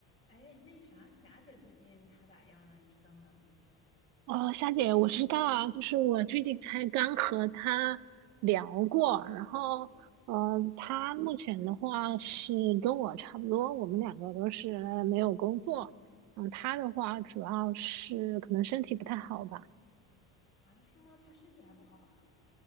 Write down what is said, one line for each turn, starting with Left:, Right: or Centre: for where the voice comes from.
Left: 哎，那啥，霞姐最近她咋样了？你知道吗？
Right: 哦，夏姐，我知道，啊，就是我最近才刚和他聊过，然后呃，他目前的话是跟我差不多，我们两个都是没有工作，嗯，他的话主要是可能身体不太好吧。
Left: 啊，是吗？她身体还不好啊？